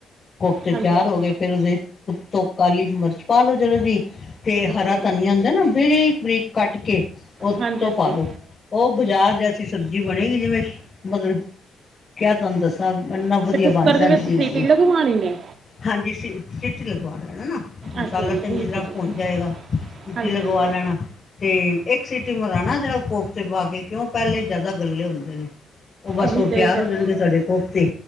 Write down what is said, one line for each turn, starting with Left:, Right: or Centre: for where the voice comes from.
Left: ਕੋਫ਼ਤੇ
Right: ਹਾਂਜੀ
Left: ਤਿਆਰ
Right: ਹਾਂਜੀ
Left: ਹੋ ਗਏ, ਫੇਰ ਉਹਦੇ ਉੱਤੋਂ ਕਾਲੀ ਮਿਰਚ ਪਾ ਲੋੋ ਜਰਾਜੀ, ਤੇ
Right: ਅੱਛਾ
Left: ਹਰਾ
Right: ਜੀ
Left: ਧਨੀਆ ਹੁੰਦਾ ਨਾ ਬਰੀਕ-ਬਰੀਕ ਕੱਟ ਕੇ ਉਤੋਂ
Right: ਹਾਂਜੀ ਹਾਂਜੀ
Left: ਪਾ ਲਓ ਉਹ ਬਾਜ਼ਾਰ ਜੈਸੀ, ਸਬਜ਼ੀ ਬਣੇਗੀ ਜਿਵੇਂ, ਮਤਲਬ ਕਿਆ ਤੁਹਾਨੂੰ ਦੱਸਾਂ ਇਨਾ
Right: ਅਤੇ
Left: ਵਧੀਆ
Right: ਕੁੱਕਰ
Left: ਬਣ ਜਾਂਦੀ
Right: ਦੇ ਵਿੱਚ ਸੀਟੀ
Left: ਹੈਗੀ ਏ,
Right: ਲਗਵਾਉਣੀ ਨੇ
Left: ਹਾਂਜੀ, ਸੀਟੀ ਲਗਵਾ ਲੈਣਾ ਨਾ ਮਸਾਲਾ
Right: ਅੱਛਾ ਜੀ
Left: ਚੰਗੀ
Right: ਠੀਕ
Left: ਤਰ੍ਹਾਂ
Right: ਹੈ ਠੀਕ
Left: ਭੁੰਨ
Right: ਹੈ
Left: ਜਾਏਗਾ, ਸੀਟੀ
Right: ਹਾਂਜੀ
Left: ਲਗਵਾ
Right: ਹਾਂਜੀ
Left: ਲੈਣਾ ਤੇ ਇੱਕ ਸੀਟੀ ਟੀ ਮਰਾਣਾ, ਜਿਹੜਾ ਕੋਫਤੇ ਪਾ ਕੇ, ਕਿਉਂ ਪਹਿਲੇ ਜਿਆਦਾ ਗੱਲੇ ਹੁੰਦੇ ਨੇ। ਉਹ ਬਸ
Right: ਉਹੀ
Left: ਉਹ, ਤਿਆਰ
Right: ਤਾਂ ਫਿਰ
Left: ਹੋ ਜਾਣਗੇ ਤੁਹਾਡੇ ਕੋਫਤੇ,